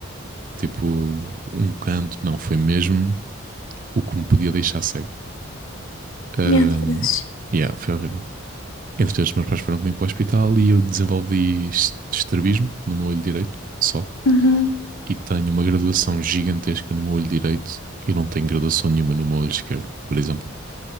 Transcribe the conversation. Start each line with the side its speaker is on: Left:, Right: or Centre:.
Right: tipo um canto, não, foi mesmo o que me podia deixar cego. Ahm,
Left: Meu Deus.
Right: yeah, foi horrível. Entretanto, os meus pais foram comigo para o hospital e eu desenvolvi est- estrabismo no meu olho direito, só.
Left: Uhum.
Right: E tenho uma graduação gigantesca no meu olho direito e não tenho graduação nenhuma no meu olho esquerdo, por exemplo.